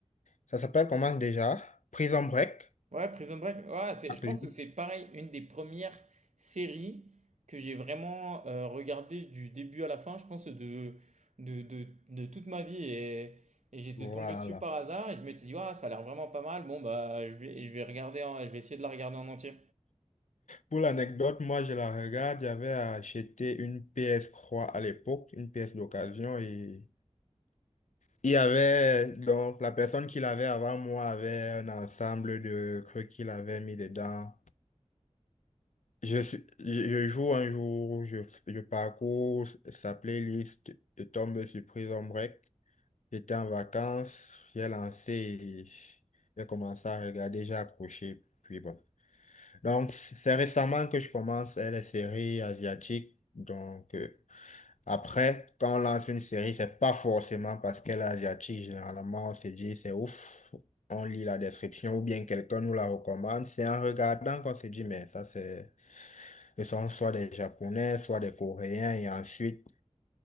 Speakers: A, on the left (about 85°); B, on the right (about 75°).
A: Ça s'appelle comment déjà? Prison Break.
B: Ouais, Prison Break. Ouais, c'est,
A: Appelé.
B: je pense que c'est pareil, une des premières séries que j'ai vraiment euh, regardé du début à la fin, je pense, de, de, de, de toute ma vie. Et, et j'étais
A: Voilà.
B: tombé dessus par hasard et je m'étais dit, ouais, ça a l'air vraiment pas mal. Bon, bah, je vais, je vais regarder, en- je vais essayer de la regarder en entier.
A: Pour l'anecdote, moi je la regarde, j'avais acheté une PS3 à l'époque, une pièce d'occasion et il y avait donc la personne qui l'avait avant moi avait un ensemble de trucs qu'il avait mis dedans. Je, suis- je je joue un jour, je, je parcours sa playlist, je tombe sur Prison Break. J'étais en vacances, j'ai lancé, et j'ai commencé à regarder, j'ai accroché, puis bon. Donc, c'est récemment que je commence euh, les séries asiatiques. Donc, euh, après, quand on lance une série, c'est pas forcément parce qu'elle est asiatique. Généralement, on se dit, c'est ouf, on lit la description ou bien quelqu'un nous la recommande. C'est en regardant qu'on se dit, mais ça, c'est, ce sont soit des Japonais, soit des Coréens. Et ensuite,